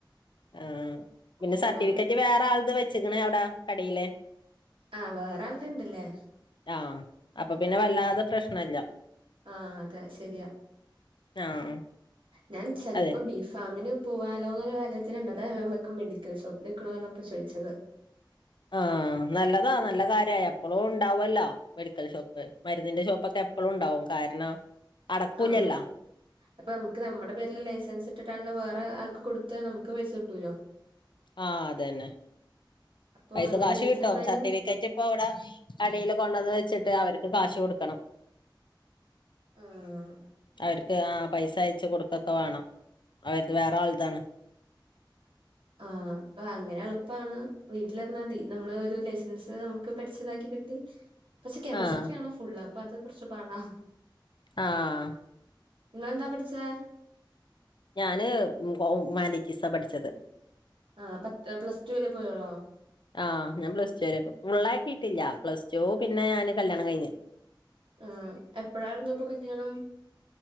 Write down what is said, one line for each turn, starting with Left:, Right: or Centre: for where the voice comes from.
Left: ആഹ് പിന്നെ
Right: ഓഹ്
Left: സർട്ടിഫിക്കറ്റ്
Right: അത്
Left: വേറെ ആൾടെ വെച്ചക്കണേ അവിടെ കടയില്
Right: ആഹ് വേറെ ആളടെ ഇണ്ടല്ലേ
Left: ആഹ് അപ്പൊ പിന്നെ വല്ലാതെ പ്രശ്നല്ല
Right: ആഹ് അതെ ശരിയാ
Left: ആഹ്
Right: ഞാൻ ചിലപ്പോ
Left: അതെ
Right: ബീ ഫാമിന് പോവാലോ എന്നൊരു കാര്യത്തിനുണ്ട് അതാ ഞാൻ വെക്കം മെഡിക്കൽ ഷോപ്പിൽ നിക്കുണ്ണൂന്ന് പറഞ്ഞപ്പോ ചോദിച്ചത്
Left: ആഹ് നല്ലതാ നല്ല കാര്യായി എപ്പളും ഉണ്ടാവല്ലോ മെഡിക്കൽ ഷോപ്പ് മരുന്നിന്റെ ഷോപ്പൊക്കെ എപ്പഴും ഉണ്ടാവും കാരണം അടക്കൂലല്ലോ
Right: ആഹ് അപ്പൊ നമുക്ക് നമ്മുടെ പേരിൽ ലൈസൻസ് ഇട്ടിട്ടാണല്ലും വേറെ ആൾക്ക് കൊടു താ നമുക്ക് പൈസ കിട്ടൂലോ
Left: ആഹ് അതന്ന.
Right: അപ്പം
Left: പൈസ
Right: അങ്ങനെ
Left: കാശ്
Right: വീട്ടിലിരുന്നാലും
Left: കിട്ടും സർട്ടിഫിക്കറ്റ് ഇപ്പ ഇവിടെ അടില് കൊണ്ടുവന്ന് വെച്ചിട്ട് അവർ കാശ് കൊടുക്കണം
Right: ആഹ്
Left: അവർ ആഹ് പൈസ അയച്ച് കൊടുക്കൊക്കെ വേണം അവരുടെത് വേറെ ആൾതാണ്.
Right: ആഹ് അപ്പൊ അങ്ങനെ എളുപ്പാണ് വീട്ടിലിരന്നാൽ മതി നമ്മള് ഒരു ലൈസൻസ് നമുക്ക് പഠിച്ചതാക്കി. എടുത്തിട്ട് പക്ഷെ കെമിസ്ട്രി
Left: ആഹ്
Right: ആണ് ഫുള്ള് അപ്പൊ അത് കുറച്ച് പാടാ.
Left: ആഹ്
Right: നിങ്ങള് എന്താ പഠിച്ചേ
Left: ഞാന് ഹോ ഹ്യുമാനിറ്റീസാ പഠിച്ചത്
Right: ആ പത്ത് പ്ലസ് ടു വരെ പോയോളോ
Left: ആഹ് ഞാൻ പ്ലസ് ടു വരെ പോ ഫുള്ളാക്കി ല്ല പ്ലസ് ടു പിന്നെ ഞാന് കല്യാണം കഴിഞ്ഞു
Right: ആ എപ്പഴായിരുന്നു ഇപ്പൊ കല്യാണം